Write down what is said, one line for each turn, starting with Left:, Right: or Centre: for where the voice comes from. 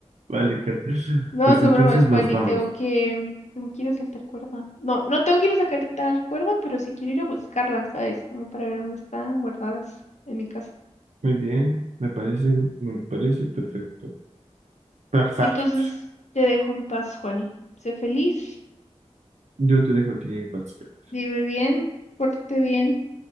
Right: Vale, Kat.
Left: No,
Right: Pues
Left: son
Right: entonces
Left: bromas, Juan,
Right: nos vamos.
Left: y tengo que, tengo que ir a saltar cuerda. No, no tengo que ir a sacar tal cuerda, pero sí quiero ir a buscarla, ¿sabes? Como para ver dónde están guardadas en mi casa.
Right: Muy bien, me parece, me parece perfecto. Perfecto.
Left: Entonces, te dejo en paz, Juani. Sé feliz,
Right: Yo te dejo a ti, Pascal.
Left: vive bien, pórtate bien.